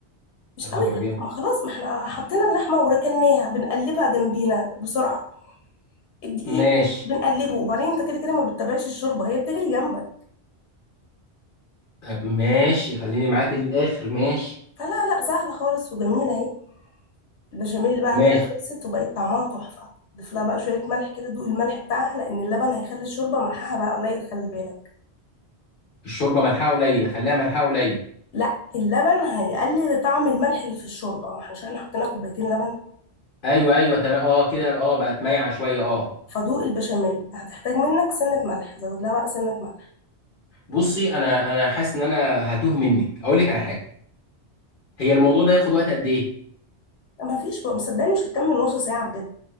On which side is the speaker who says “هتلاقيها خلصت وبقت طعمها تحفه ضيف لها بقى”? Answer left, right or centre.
Left